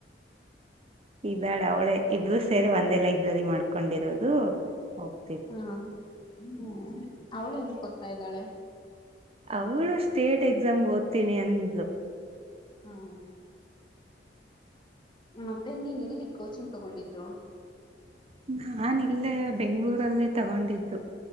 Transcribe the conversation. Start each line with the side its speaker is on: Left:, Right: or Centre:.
Right: ಇದಳೆ ಅವಳೆ ಇಬ್ರು ಸ್ ಸೇರಿ ಒಂದೇ ಲೈಬ್ರರಿ ಮಾಡು ಕೊಂಡಿರೋದು ಓಕೆ.
Left: ಹಾ ಹ್ಮ ಅವಳು ಏನಿಕ್ ಕೊ ತಾ ಇದ್ದಾಳೆ.
Right: ಅವಳು ಸ್ಟೇಟ್ ಎಕ್ಸಾಮ್ಗ್ ಓದ್ತೀನಿ ಅಂದ್ಲು.
Left: ಹ್ಮ್ ಮತ್ತೆ ನೀನ್ ಎಲ್ಲಿ ಕೋಚಿಂಗ್ ತಗೊಂಡಿದ್ದು?
Right: ಹ್ಮ್ ನಾನ್ ಇಲ್ಲೇ ಬೆಂಗ್ಳೂರಲ್ಲೇ ತಗೊಂಡಿದ್ದು.